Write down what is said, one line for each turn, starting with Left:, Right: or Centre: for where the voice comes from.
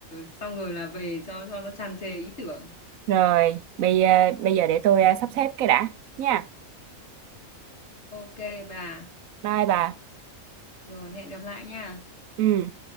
Left: xong rồi là về cho cho nó tràn trề ý tưởng.
Right: rồi bây giờ, bây giờ để tôi à, sắp xếp cái đã nha
Left: Ok bà,
Right: bye bà
Left: rồi hẹn gặp lại nha.
Right: ừ